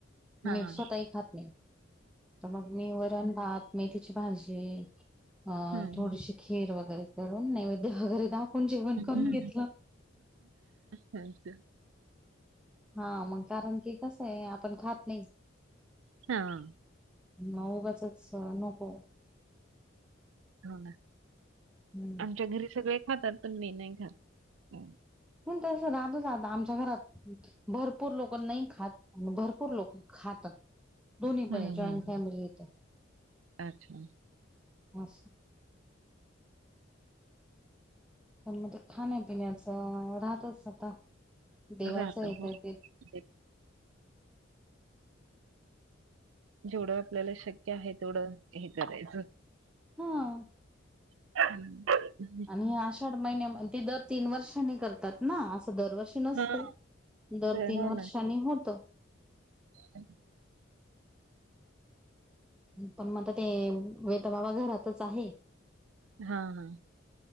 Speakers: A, in the centre; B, on the right.
A: मी
B: हां, हां.
A: स्वतःही खात नाही. तर मग मी वरण भात मेथीची भाजी अ
B: हं, हं.
A: थोडीशी खीर वगैरे करून नैवेद्य वगैरे दा खून जेवण
B: हं,
A: करून
B: हं.
A: घेतलं.
B: अच्छा.
A: हा. मग कारण की कसं आहे आपण खात नाही
B: ह.
A: मग उगाचच नको.
B: हो ना.
A: हम्म.
B: आमच्या घरी सगळे खातात पण, मी नाही खात.
A: पण तसं राहतच आता. आमच्या घरात भरपूर लोक नाही खातं आणि भरपूर लोक खातात. दोन्ही
B: हं,
A: पण जॉईंट
B: हं,
A: फॅमिली
B: हं.
A: इथं.
B: अच्छा.
A: असं. पण मग ते खाण्यापिण्याचं राहतच आता देवाचं
B: राहतं
A: येत
B: <unintelligible>
A: ते
B: जेवढं आपल्याला शक्य आहे, तेवढं हे करायचं
A: हा.
B: <inaudible>
A: हे आषाढ महिन्यामध्ये दर तीन वर्षांनी करतात ना, अस दरवर्षी नसते,
B: हां,
A: दर
B: ते
A: तीन
B: हो
A: वर्षानी
B: ना.
A: होत.
B: <unintelligible>
A: पण मग आता ते <unintelligible> बाबा घरातच आहे.
B: हा, हा.